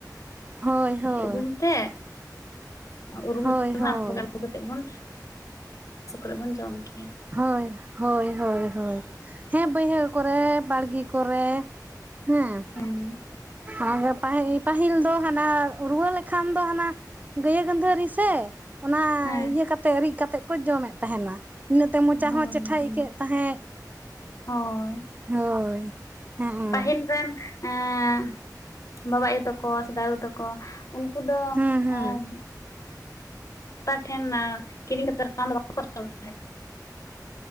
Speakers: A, on the right; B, on the left.
A: ᱦᱳᱭ ᱦᱳᱭ
B: <inaudible> ᱩᱨᱩᱢ ᱛᱮ <inaudible>
A: ᱦᱳᱭ ᱦᱳᱭ
B: ᱟᱹᱜᱩ ᱠᱟᱛᱮᱫ ᱵᱚᱱ, ᱦᱟᱹᱥᱩ ᱠᱚᱨᱮᱜ ᱵᱚᱱ ᱡᱚᱢ ᱜᱮᱭᱟ᱾
A: ᱦᱳᱭ ᱦᱳᱭ ᱦᱳᱭ ᱦᱳᱭ, ᱦᱮᱸ ᱵᱟᱹᱭᱦᱟᱹᱲ ᱠᱚᱨᱮ ᱵᱟᱲᱜᱮ ᱠᱚᱨᱮ ᱦᱮᱸ᱾
B: ᱦᱮᱸᱱ᱾
A: ᱟᱨ ᱯᱟᱦᱤ ᱯᱟᱹᱦᱤᱞ ᱫᱚ ᱦᱟᱱᱟ ᱨᱩᱣᱟᱹ ᱞᱮᱠᱷᱟᱱ ᱫᱚ ᱦᱟᱱᱟ ᱜᱟᱹᱭᱟᱹ ᱜᱟᱺᱫᱷᱟᱹᱨᱤ ᱥᱮ, ᱚᱱᱟ
B: ᱦᱮᱸ
A: ᱤᱭᱟᱹ ᱠᱟᱛᱮ ᱨᱤᱫ ᱠᱟᱛᱮᱫ ᱠᱚ ᱡᱚᱢᱮᱫ ᱛᱟᱦᱮᱱᱟ᱾ ᱤᱱᱟᱹᱜ ᱛᱮ ᱢᱚᱪᱟ
B: ᱦᱳᱭ
A: ᱦᱚᱸ ᱪᱮᱴᱷᱟ
B: ᱦᱮᱸ
A: ᱟᱹᱭᱠᱟᱹᱜ ᱛᱟᱦᱮᱸᱜ,
B: ᱦᱳᱭ
A: ᱦᱳᱭ᱾ ᱦᱮᱸ ᱦᱮᱸ
B: ᱯᱟᱹᱦᱤᱞ ᱨᱮᱱ ᱮᱸ ᱵᱟᱵᱟ ᱟᱭᱳ ᱛᱟᱠᱚ ᱥᱮ ᱫᱟᱫᱩ ᱛᱟ ᱠᱚ ᱩᱱᱠᱩ ᱫᱚ
A: ᱦᱮᱸ
B: ᱮᱸ ᱛᱟᱨ ᱴᱷᱮᱱ ᱮᱸ ᱠᱤᱨᱤᱧ ᱠᱟᱛᱮ ᱨᱟᱱ ᱫᱚ ᱵᱟᱠᱚ ᱡᱚᱢᱮᱫ